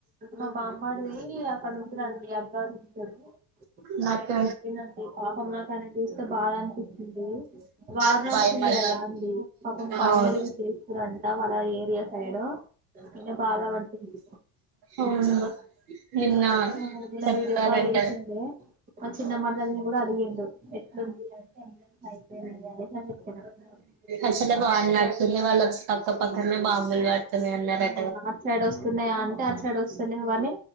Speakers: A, on the right; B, on the right.
A: మా బామ్మడిది అక్కడ ఉంటదండి అబ్రాడ్ ఉంటడు
B: నాకు
A: ఆయన పెట్టిండండి పాపం నాకు ఆయన చూస్తే బాధ అనిపించింది వార్
B: మ్
A: నడిచింది
B: బాయ్ బాయ్
A: కదా అండి పాపం
B: అవును
A: బాంబులు గిట్ల ఏస్తురంట వాళ్ళ ఏరియా సైడ్ ఈయన బాధపడుతుంది
B: అవును నిన్న
A: ఆ నిన్న
B: చెప్పారంట
A: వీడియో కాల్ చేసిండే మా చిన్న మరదల్ని కూడా అడిగిండు ఎట్లుంది అంటే ఎగ్జామ్స్ అయిపోయినయి అనేసి అని చెప్పిన అవునా
B: అట్లనే బాగున్నట్టుంది వాళ్ళకు అక్క పక్కనే బాంబు లు పడుతున్నాయ్ అన్నడండి
A: ఆ అటు సైడ్ వస్తున్నాయా అంటే అటు సైడ్ వస్తలేవని